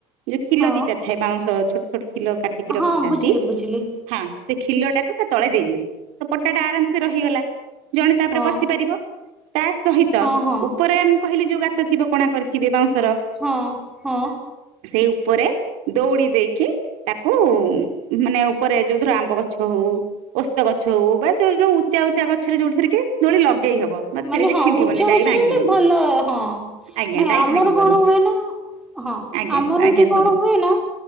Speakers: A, on the right (about 70°); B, in the centre.
A: ଯୋଉ କ୍ଷିଲ
B: ହଁ
A: ଦିଟା ଥାଏ ବାଉଁଶ ଛୋଟ କ୍ଷିଲ କାଟିକି ରଖିଥାନ୍ତି
B: ହଁ ବୁଝିଲି ବୁଝିଲି
A: ହଁ ସେ କ୍ଷିଲ ଟାକୁ ତା ତଳେ ଦେଇ ଦିଅନ୍ତି। ତ ପଟା ଟା ଆରାମ ସେ ରହିଗଲା ଜଣେ ତାପରେ
B: ହଁ
A: ବସି ପାରିବ। ତା ସହିତ
B: ହଁ ହଁ
A: ଉପରେ ମୁଁ କହିଲି ଯୋଉ ଗାତ ଥିବ କଣା କରିଥିବେ ବାଉଁସ
B: ହଁ ହଁ।
A: ସେଇ ଉପରେ ଦୌଡ଼ି ଦେଇକି ତାକୁ ମାନେ ଉପରେ ଯୋଉର ଆମ୍ବ ଗଛ ହଉ ଓସ୍ତ ଗଛ ହଉ ବା ଯୋଉ ଯୋଉ ଉଚା ଉଚା ଗଛରେ ଯୋଉଥିରେ କିଳି ଲଗେଇ ହବ ବା
B: ମାନେ
A: ଖେଳିଲେ
B: ହଁ
A: ଛିଣ୍ଡିବନି
B: ଉଞ୍ଚା ଗଛ
A: ଡାଇ ଭାଙ୍ଗିବନି
B: ଯେମତି ଭଲ ହଁ।
A: ଆଜ୍ଞା
B: ନାଇଁ
A: ଡାଇ
B: ଆମର
A: ଭାଙ୍ଗିବନି
B: କଣ ହୁଏ ନା ହଁ
A: ଆଜ୍ଞା
B: ଆମର
A: ଆଜ୍ଞା
B: ଏଠି
A: କୁହନ୍ତୁ
B: କଣ ହୁଏ ନା